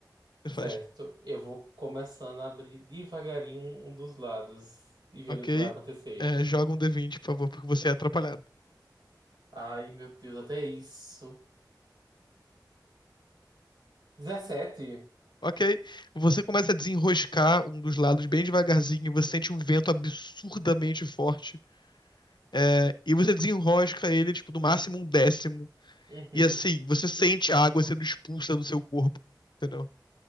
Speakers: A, on the left; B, on the right.
A: Você
B: Certo,
A: faz.
B: eu vou começando a abrir devagarinho um um dos lados e vendo
A: Ok.
B: o que vai acontecer.
A: É, joga um d vinte, por favor, porque você é atrapalhado.
B: Ai, meu Deus, até isso. 17?
A: Ok. Você começa a desenroscar um dos lados bem devagarzinho, e você sente um vento absurdamente forte. É, e você desenrosca ele, tipo, no máximo um décimo.
B: Uhum.
A: E assim, você sente a água sendo expulsa do seu corpo, entendeu?